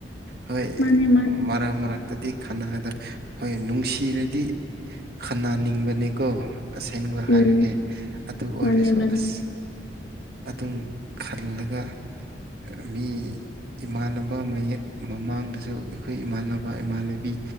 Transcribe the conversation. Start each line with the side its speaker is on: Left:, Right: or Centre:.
Right: ꯍꯣꯏ
Left: ꯃꯥꯅꯦ ꯃꯥꯅꯦ
Right: ꯃꯔꯛ ꯃꯔꯛꯇꯗꯤ ꯈꯠꯅꯗ ꯍꯣꯏ ꯅꯨꯡꯁꯤꯔꯗꯤ ꯈꯟꯅꯥ ꯅꯤꯡꯕꯅꯦꯀꯣ ꯑꯁꯦꯡꯕ
Left: ꯎꯝ
Right: ꯍꯥꯏꯔꯒꯦ ꯑꯗꯨ ꯑꯣꯏꯔꯁꯨ
Left: ꯃꯥꯅꯦ ꯃꯥꯅꯦ
Right: ꯑꯁ ꯑꯗꯨꯝ ꯈꯜꯂꯒ ꯑ ꯃꯤ ꯏꯃꯥꯟꯅꯕ ꯃꯌꯦꯛ ꯃꯃꯥꯡꯗꯖꯨ ꯑꯩꯈꯣꯏ ꯏꯃꯥꯟꯅꯕ ꯏꯃꯥꯟꯅꯕꯤ